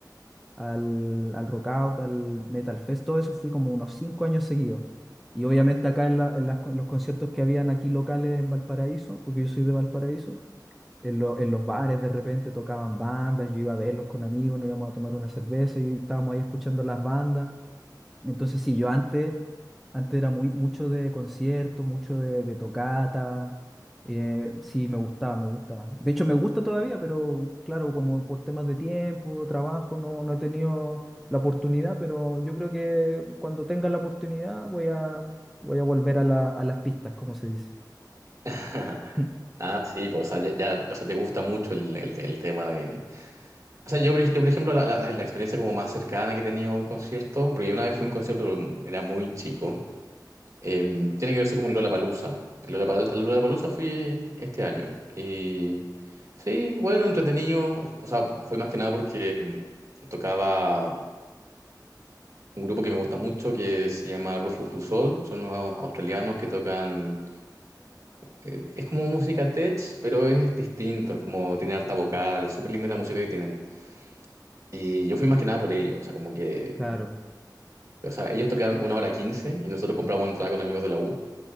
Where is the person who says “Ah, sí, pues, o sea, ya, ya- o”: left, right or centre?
Right